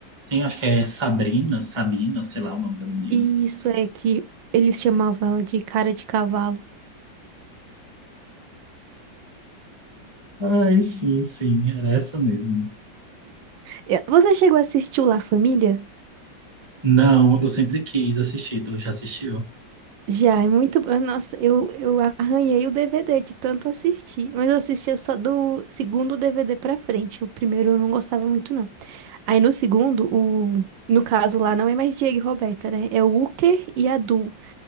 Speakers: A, on the right; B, on the right.
A: sim, acho que é Sabrina, Sabina, sei lá o nome da menina.
B: E isso é que eles chamavam ela de cara de cavalo.
A: Ai, sim, sim, era essa mesmo.
B: Eh, Você chegou a assistir o La Família?
A: Não, eu sempre quis assistir, tu já assistiu?
B: Já, é muito bom. Nossa, eu, eu arranhei o DVD de tanto assistir. Mas eu assistia só do segundo DVD pra frente. O primeiro eu não gostava muito, não. Aí no segundo, o... no caso lá, não é mais Diego e Roberta, né? É o Uker e a Du.